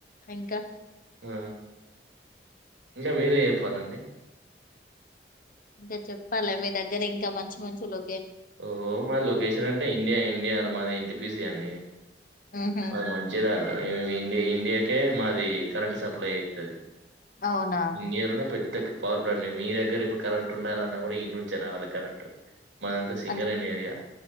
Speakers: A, on the left; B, on the right.
A: ఇంకా
B: హు ఇంకా మీరే చెప్పాలండి,
A: ఇంకా చెప్పాలా మీ దగ్గర ఇంకా మంచి మంచి లో
B: ఓ మాది లొకేషన్ అంటే ఇండియా ఇండియా మాది ఎన్టీపిసి అండి,
A: హుహు.
B: మాది మంచిర్యాల ఇండి ఇండియాకే మాది కరెంట్ సప్లై చేస్తది
A: అవునా?
B: ఇండియాలానే పెద్ద, పవర్ ప్లాంట్ మీ దగ్గర ఇప్పుడు కరెంట్ ఉండాలా అన్న కూడా ఇన్ని నుంచే రావాలి కరెంట్, మాది అంతా సింగరేణి
A: అచ్
B: ఏరియా